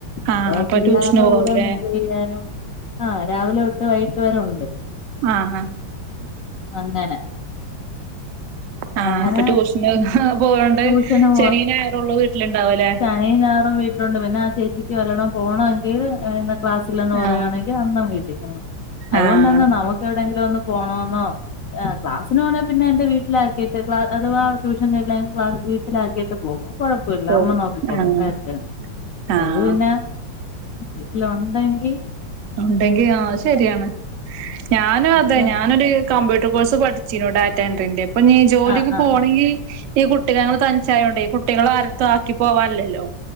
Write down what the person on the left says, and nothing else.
അപ്പൊ
പിള്ളേരുടെ
കൂടെ മിഗിൾ ചെയ്യാനും ആഹ് രാവിലെ തൊട്ട് വൈകിട്ട് വരെ ഉണ്ട്
അങ്ങനെ
അങ്ങനെ
ട്യൂഷന്
ശെനീ ഞാറും വീട്ടിലുണ്ട് പിന്നെ ആ ചേച്ചിക്ക് വല്ലണം പോകണമെങ്കിൽ ക്ലാസ്സിലന്ന് പറയാണെങ്കിൽ
അന്നും വീട്ടികാണും അതുകൊണ്ടന്നെ
നമുക്ക് എവിടെെങ്കിലും ഒന്ന് പോണെന്നോ ആ ക്ലാസന് പോണ പിന്നെ എന്റെ വീട്ടിലാക്കിട്ട് ക് അഥവാ ട്യൂഷൻഇല്ലേ വീട്ടിലാക്കിയിട്ട് പോവും. കൊഴപ്പില്ല
അമ്മ നോക്കിക്കോളു
എന്നച്ച
ഏത് പിന്നെ വീട്ടിലുണ്ടെങ്കി
ഇങ്ങനെ
വീട്ടില
ആ ആ